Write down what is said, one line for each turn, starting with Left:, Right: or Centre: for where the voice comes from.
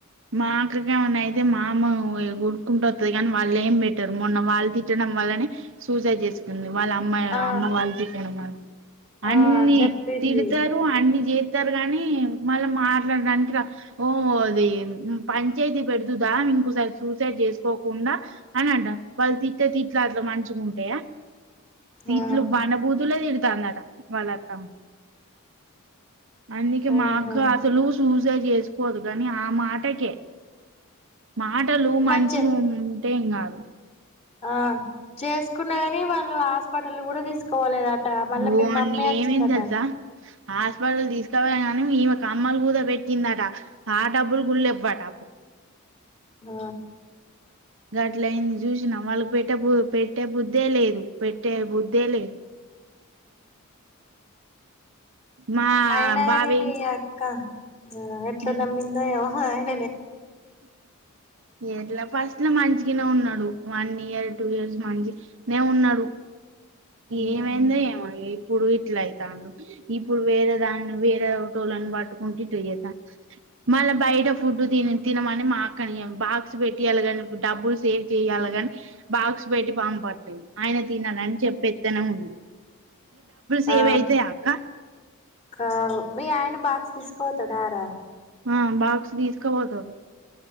Right: మా అక్కకేమన్న అయితే మా అమ్మ ఉరుక్కుంటత్తది కానీ వాళ్ళు ఏం పెట్టరు మొన్న వాళ్ళు తిట్టడం వల్లనే సూసైడ్ చేసుకుంది వాళ్ళ అమ్మాయి
Left: ఆ
Right: అమ్మ వాళ్ళు తిట్టారు అని అన్నీ
Left: ఆ చెప్పింది
Right: తిడతారు అన్ని చే చెప్తారు గాని మళ్ళీ మాట్లాడడానికి ఓ అది పంచాయితీ పెడుతుందా ఇంకోసారి సూసైడ్ చేసుకోకుండా అని అంటను వాళ్ళు తిట్టే తిట్లు మంచిగా ఉంటయా తిట్లు
Left: ఆ
Right: బండబూతులే తి తానంట వల్లత్తమ అందుకే
Left: ఓహో
Right: మాకు అసలు చూసే చేసుకోదు కాని ఆ మాటే ఓకే మాటలు మంచిగుం
Left: మరి చె
Right: ఏంగాదు
Left: ఆ చేస్ కున్నగాని వాళ్ళు ఆ పటలు కూడా తీసు పోలేదట మళ్ళ
Right: ఓ
Left: మీ మమ్మే
Right: అని
Left: అచ్చిందట
Right: ఏమైంది తెలుసా హాస్పిటల్ తీస్కపోయినం కానీ ఈ కమ్మలు కూద పెట్టిందట ఆ డబ్బులు గుడ లెవ్వట
Left: ఆ
Right: గట్ల అయింది చూసినావా వాళ్ళకి పెట్టే పెట్టే బుద్ధే లేదు పెట్టే బుద్ధే లేదు మా
Left: అయినాగాని
Right: బావి
Left: మీ అక్క ఆ ఎట్ల
Right: ఉమ్,
Left: నమ్మిందో ఎమో హై <inaudible>
Right: ఎట్లా ఫస్ట్ లో మంచిగానే ఉన్నాడు వన్ ఇయర్ టూ ఇయర్స్ మంచి నే ఉన్నాడు
Left: ఉహు
Right: ఏమైందో ఏమో ఈ ఇప్పుడు ఇట్ల అయితాండు ఇప్పుడు వేరే దాన్ని వేరే టోలను పట్టుకుంటూ ఇట్లా చేతాండు మళ్ళా బయట ఫుడ్డు తి తినమని మా అక్కని బాక్స్ పెట్టియాలి కాని డబ్బులు సేవ్ చేయ్యాలి కాని బాక్స్ పెట్టి పంపట్లేదు ఆయన తినాలని చెప్ పెత్తనం ఉంది సేవ్
Left: ఆ
Right: అయితాయా అక్క
Left: కా మీ ఆయన బాక్స్ తీసుకుపోతాడరా
Right: ఆ బక్స్ తీస్ కపోతడు